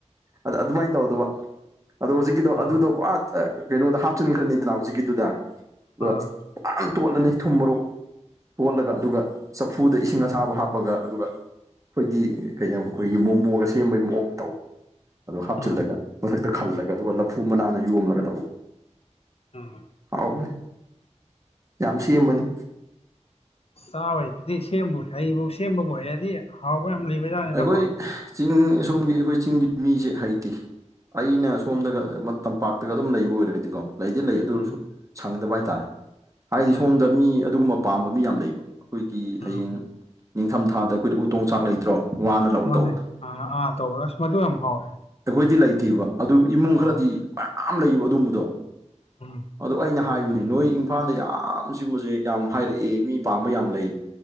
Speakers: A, on the right; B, on the left.
A: ꯑꯗ ꯑꯗꯨꯃꯥꯏꯅ ꯇꯧꯗꯕ ꯑꯗꯣ ꯍꯧꯖꯤꯛꯀꯤꯗꯣ
B: ꯑꯥ
A: ꯑꯗꯨꯗꯣ ꯄꯨꯥ ꯀꯩꯅꯣꯗ ꯍꯥꯞꯆꯤꯟꯈ꯭ꯔꯅꯤꯗꯅ ꯍꯧꯖꯤꯛꯀꯤꯗꯨꯗ ꯑꯗꯣ
B: ꯑꯥ
A: ꯌꯥꯝ ꯇꯣꯠꯂꯅꯤ ꯊꯨꯝ ꯃꯔꯣꯛ ꯑꯣꯣꯜꯂꯒ ꯑꯗꯨꯒ ꯆꯐꯨꯗ ꯏꯁꯤꯡ ꯑꯁꯥꯕ ꯍꯥꯞꯄꯒ ꯑꯗꯨꯒ ꯑꯩꯈꯣꯏꯒꯤ ꯀꯩ ꯑꯩꯈꯣꯏꯒꯤ ꯃꯣꯃꯣꯒ ꯁꯦꯝꯕꯒꯤ ꯃꯣꯝ ꯇꯧ ꯑꯗꯨ ꯍꯥꯞꯆꯤꯜꯂꯒ
B: ꯎꯝ
A: ꯃꯊꯛꯇ ꯈꯜꯂꯒ ꯑꯗꯨꯒ ꯂꯐꯨ ꯃꯅꯥꯟꯅ ꯌꯣꯝꯂꯒ ꯇꯧꯕ
B: ꯎꯝ
A: ꯍꯥꯎꯕꯅꯦ ꯌꯥꯝ ꯁꯦꯝꯕꯅꯤ꯫
B: ꯆꯥꯕꯩꯁꯤꯗꯤ ꯁꯦꯝꯕꯨ ꯍꯩꯕꯨ ꯁꯦꯝꯕꯕꯨ ꯍꯩꯔꯗꯤ ꯑꯍꯥꯎꯕ ꯌꯥꯝ ꯂꯩꯕꯖꯥꯠꯅꯤꯗꯀꯣ꯫
A: ꯑꯩꯈꯣꯏ ꯆꯤꯡ ꯁꯣꯝꯒꯤ ꯑꯩꯈꯣꯏ ꯆꯤꯡꯒꯤ ꯃꯤꯁꯦ ꯍꯩꯇꯦ꯫ ꯑꯩꯅ ꯁꯣꯝꯗꯒ ꯇꯝꯄꯥꯛꯇꯒ ꯑꯗꯨꯝ ꯂꯩꯕ ꯑꯣꯏꯔꯒꯗꯤꯀꯣ ꯂꯩꯗꯤ ꯂꯩ ꯑꯗꯨꯁꯨ
B: ꯎꯝ
A: ꯁꯪꯗꯕ ꯍꯥꯏꯇꯥꯔꯦ ꯍꯥꯏꯗꯤ
B: ꯎꯝ
A: ꯁꯣꯝꯗ ꯃꯤ ꯑꯗꯨꯒꯨꯝꯕ ꯄꯥꯝꯕ ꯃꯤ ꯌꯥꯝ ꯂꯩꯕ꯫ ꯑꯩꯈꯣꯏꯒꯤ ꯍꯌꯦꯡ
B: ꯎꯝ
A: ꯅꯤꯡꯊꯝꯊꯥꯗ ꯑꯩꯈꯣꯏꯗ ꯎꯇꯣꯡ ꯆꯥꯛ ꯂꯩꯇ꯭ꯔꯣ꯫ ꯋꯥꯅ ꯂꯧꯔ
B: ꯃꯥꯅꯦ
A: ꯇꯧꯕꯗꯣ
B: ꯑꯥ ꯑꯥ ꯇꯧꯋ ꯑꯁ ꯃꯗꯨ ꯌꯥꯝ ꯍꯥꯎꯋꯦ
A: ꯑꯩꯈꯣꯏꯗꯤ ꯂꯩꯇꯦꯕ ꯑꯗꯨ ꯏꯃꯨꯡ ꯈꯔꯗꯤ
B: ꯑꯥ
A: ꯃꯌꯥꯝ ꯂꯩꯌꯦꯕ ꯑꯗꯨꯝꯕꯗꯣ
B: ꯎꯝ
A: ꯑꯗꯣ ꯑꯩꯅ ꯍꯥꯏꯕꯅꯦ ꯅꯣꯏ ꯏꯝꯐꯥꯜꯗ ꯌꯥꯝ ꯆꯤꯒꯨꯝꯕꯁꯦ ꯌꯥꯝ ꯍꯥꯏꯔꯛꯑꯦ ꯃꯤ ꯄꯥꯝꯕ ꯌꯥꯝ ꯂꯩ